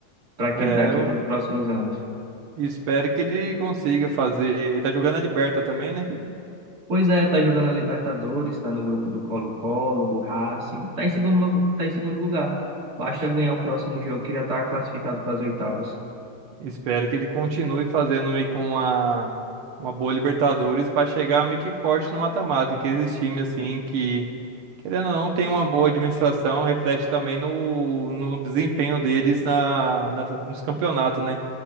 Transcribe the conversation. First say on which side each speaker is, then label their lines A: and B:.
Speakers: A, on the right (about 45°); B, on the right (about 75°).
A: para que
B: É,
A: daqui
B: eu
A: para os próximos anos.
B: espero que ele consiga fazer. Ele tá jogando a Liberta também, né?
A: Pois é, tá jogando a Libertadores, tá no grupo do Colo-Colo, do Racing, tá em segundo, lu- tá em segundo lugar. Basta ganhar o próximo
B: Tá.
A: jogo que já tá classificado para as oitavas.
B: Espero que ele continue fazendo meio com uma, uma boa Libertadores pra chegar meio que forte no mata-mata, que esses times, assim, que. Querendo ou não, tem uma boa administração, reflete também no, no desempenho deles na, nas- nos campeonatos, né?